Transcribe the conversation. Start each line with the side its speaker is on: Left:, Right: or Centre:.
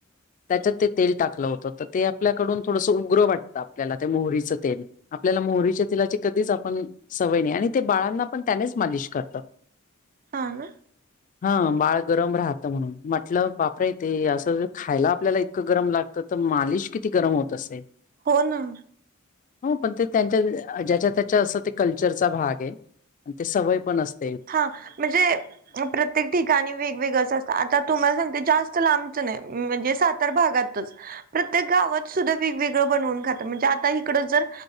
Left: त्याच्यात ते तेल टाकलं होतं तर ते आपल्याकडून थोडसं उग्रं वाटतं आपल्याला ते मोहरीचं तेल. आपल्याला मोहरीच्या तेलाची कधीच आपण सवय नाही आणि ते बाळांना पण त्यानेच मालिश करतात. <inaudible>
Right: हा ना.
Left: <inaudible> हा बाळ गरम राहतं म्हणून म्हटलं बापरे ते असं खायला आपल्याला इतकं गरम लागत तर तर मालिश किती गरम होत असे
Right: हो ना.
Left: हो पण ते त्यांच्या ज्याच्या त्याच्या असं ते कल्चरचा भाग आहे आणि ते सवय पण असत
Right: हा म्हणजे प्र प्रत्येक ठिकाणी वेगवेगळंच असतं आता तुम्हाला सांगते जास्त लांबचं नाही म्हणजे सातार भागातच प्रत्येक गावात सुद्धा वेगवेगळं बनवून खातात म्हणजे आता इकडं जर